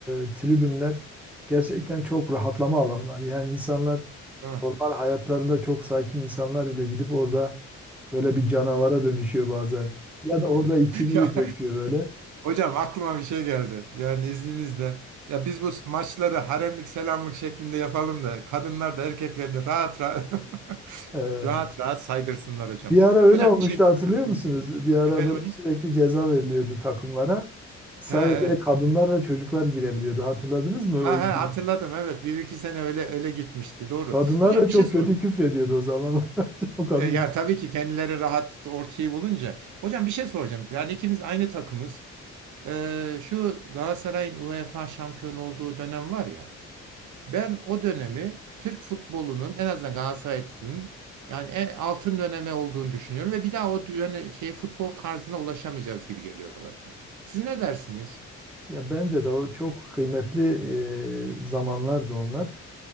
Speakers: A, in the centre; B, on the right.
A: e, tribünler gerçekten çok rahatlama alanlar. Yani insanlar
B: Değil <laughs>
A: normal hayatlarında çok sakin insanlar bile gidip orada böyle bir canavara dönüşüyor bazen. Ya da orada içini
B: Ya,
A: döküyor böyle.
B: hocam aklıma bir şey geldi. Yani izninizle. Ya biz bu maçları haremlik selamlık şeklinde yapalım da kadınlar da erkekler de rahat rahat <laughs>
A: E,
B: rahat rahat saydırsınlar hocam.
A: Bir ara öyle
B: Hocam
A: olmuştu
B: bir şey
A: hatırlıyor
B: yani,
A: musunuz?
B: buyurun.
A: Bir ara
B: efendim
A: böyle
B: hocam.
A: sürekli ceza veriliyordu takımlara. Sadece
B: Ha evet.
A: kadınlar ve çocuklar girebiliyordu. Hatırladınız mı
B: Ha,
A: o günleri?
B: ha, hatırladım evet. Bir iki sene öyle öyle gitmişti. Doğru.
A: Kadınlar
B: Hocam
A: da çok
B: bir şey soracağım.
A: kötü küfrediyordu o zamanlar. <laughs> O kadın.
B: E, Ya tabii ki kendileri rahat ortayı bulunca. Hocam bir şey soracağım. Yani ikimiz aynı takımız. E, şu Galatasaray'ın UEFA şampiyon olduğu dönem var ya. Ben o dönemi Türk futbolunun en azından Galatasaray'ın yani en altın döneme olduğunu düşünüyorum ve bir daha o döne, şey futbol tarzına ulaşamayacağız gibi geliyor bana. Siz ne dersiniz?
A: Ya bence de o çok kıymetli e, zamanlardı onlar.